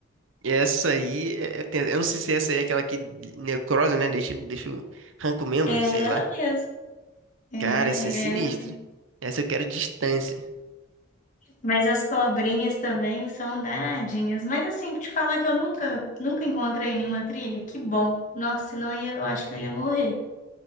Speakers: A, on the right; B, on the left.
A: E essa aí, é, é tensa. eu não sei se essa aí é aquela que necrosa, né? Deixa, o- deixa, o- arranca o membro,
B: É
A: sei lá.
B: ela mesmo. É,
A: Cara, essa é sinistra.
B: é ela mesmo.
A: Essa eu quero distância.
B: Mas as cobrinhas também são danadinhas. Mas assim, te falar que eu nunca, nunca encontrei nenhuma trilha, que bom. Nossa, senão eu, ia, eu acho que eu ia morrer.